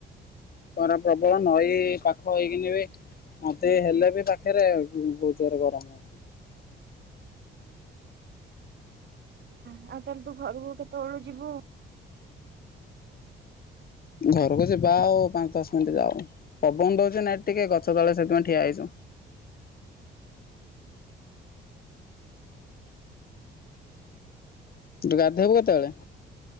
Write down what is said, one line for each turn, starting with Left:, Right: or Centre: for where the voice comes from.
Left: ଖରା ପ୍ରବଳ ନଈ ପାଖ ହେଇକିନି ବି ନଦୀ ହେଲେ ବି ପାଖେରେ ବହୁତ୍ ଜୋରେ ଗରମ ହ
Right: ଆଉ ତାହେଲେ ତୁ ଘରକୁ କେତେବେଳୁ ଯିବୁ?
Left: ଘରକୁ ଯିବା ଆଉ ପାଞ୍ଚ ଦଶ ମିଣ୍ଟ ଯାଉ ପବନ ଦଉଛି ନା ଏ ଟିକେ ଗଛ ତଳେ ସେଥିପାଇଁ ଠିଆ ହେଇଚୁ। ତୁ ଗାଧେବୁ କେତବେଳେ?